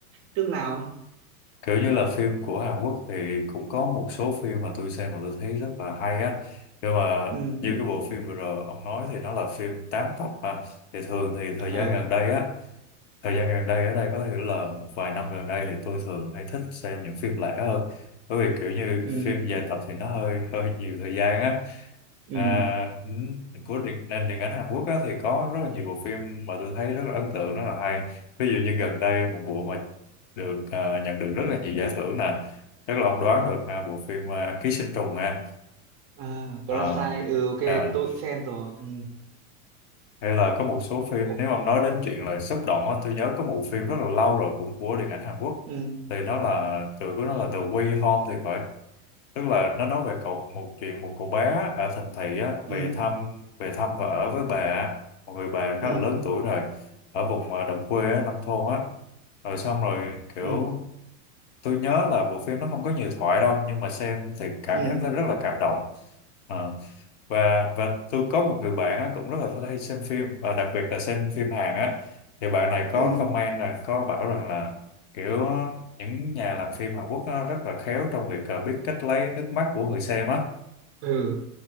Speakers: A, on the right; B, on the left.
A: trước nào không?
B: kiểu như là phim của Hàn Quốc thì cũng có một số phim mà tôi xem mà tôi thấy rất là hay á nhưng mà
A: ừ
B: như cái bộ phim vừa rồi ông nói thì nó là phim tám tập mà thì thường thì thời
A: ừ
B: gian gần đây á Thời gian gần đây ở đây có hiểu là một vài năm gần đây thì tôi thường hay thích xem những phim lẻ hơn bởi vì kiểu như
A: ừ
B: phim dài tập thì nó hơi hơi nhiều thời gian á
A: ừ
B: à, ừ, của điện, nền điện ảnh Hàn Quốc á, thì có rất là nhiều bộ phim mà tôi thấy rất là ấn tượng rất là hay ví dụ như gần đây một bộ mà được à, nhận được rất là nhiều giải thưởng nè chắc là ông đoán được ha, bộ phim à, Ký sinh trùng nè
A: À, Parasite,
B: à,
A: ừ ok,
B: à,
A: tôi cũng xem rồi. Ừ,
B: hay là có một số phim
A: cổ,
B: nếu ông nói đến chuyện là xúc động á tôi nhớ có một phim rất là lâu rồi cũng của điện ảnh Hàn Quốc
A: ừ,
B: thì nó là tựa của nó là The Way Home thì phải tức là nó nói về cậu một chuyện một cậu bé ở thành thị á
A: ừ,
B: về thăm về thăm và ở với bà một người bà
A: ừ,
B: khá là lớn tuổi rồi ở vùng à, đồng quê á, nông thôn á rồi xong rồi kiểu
A: ừ,
B: tôi nhớ là bộ phim nó không có nhiều thoại đâu nhưng mà xem thì cảm
A: ừ,
B: giác nó rất là cảm động Ờ, và và tôi có một người bạn á, cũng rất là hay xem phim và đặc biệt là xem phim Hàn á thì bạn này có
A: ừ,
B: comment là có bảo rằng là kiểu những nhà làm phim Hàn Quốc á, rất là khéo trong việc à, biết cách lấy nước mắt của người xem á
A: ừ,